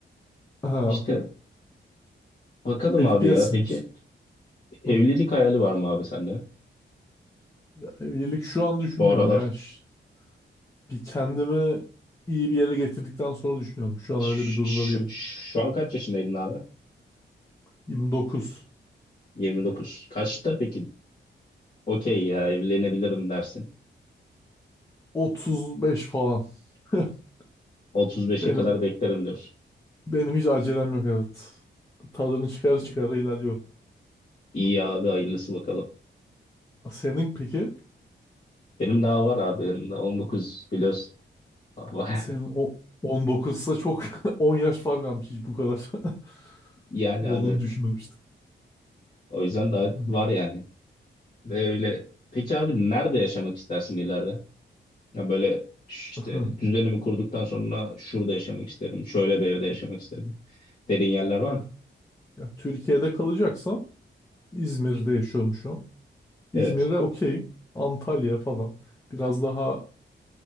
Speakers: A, on the left; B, on the left.
A: Ha.
B: İşte bakalım
A: FPS
B: abi ya.
A: seviyorsun.
B: Peki evlilik
A: Hı.
B: hayali var mı abi sende?
A: Ya, evlilik şu an düşünmüyorum
B: Bu aralar
A: ya. Ş- Bir kendimi iyi bir yere getirdikten sonra düşünüyorum. Şu
B: Ş-
A: an öyle bir durumda
B: ş-
A: değilim.
B: ş- şu an kaç yaşındaydın abi?
A: 29,
B: 29. Kaçta peki? Okey ya evlenebilirim dersin.
A: 35 falan. <laughs>
B: 35'e
A: Benim
B: kadar beklerim diyorsun.
A: benim hiç acelem yok evet. Tadını çıkar çıkar ilerliyorum.
B: İyi abi hayırlısı bakalım.
A: Senin peki?
B: Benim daha var abi. Benim daha 19 biliyorsun. <laughs>
A: Senin o 19'sa çok <laughs> 10 yaş fark varmış hiç bu kadar. <laughs>
B: Yani
A: Oğlunu
B: abi evet.
A: düşünmemiştim.
B: O yüzden daha
A: Hı.
B: var yani. Ve öyle peki abi nerede yaşamak istersin ileride? Ya böyle ş- işte
A: Aha.
B: düzenimi kurduktan sonra şurada yaşamak isterim. Şöyle bir evde yaşamak isterim. Dediğin yerler var
A: Ya,
B: mı?
A: ya Türkiye'de kalacaksam İzmir'de yaşıyorum şu an. İzmir'e
B: Evet.
A: okey. Antalya falan. Biraz daha